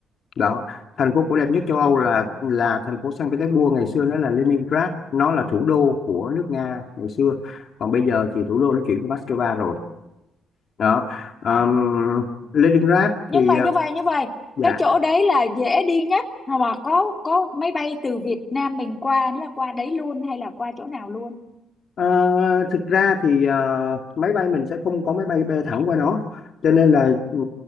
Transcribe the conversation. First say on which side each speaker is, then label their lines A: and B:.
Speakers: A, on the left; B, on the left.
A: đó thành phố cổ đẹp nhất châu Âu
B: à
A: là là thành phố Saint Petersburg ngày xưa nó là Leningrad nó là thủ đô của nước Nga ngày xưa còn bây giờ thì thủ đô nó chuyển qua Moscow rồi đó Ờm,
B: à
A: Leningrad
B: nhưng
A: thì
B: mà
A: à,
B: như vậy như vậy
A: dạ
B: cái chỗ đấy là dễ đi nhất mà có có máy bay từ Việt Nam mình qua nó là qua đấy luôn hay là qua chỗ nào luôn
A: Ờ, thực ra thì ờ, máy bay mình sẽ không có máy bay bay thẳng qua đó cho nên là ừ,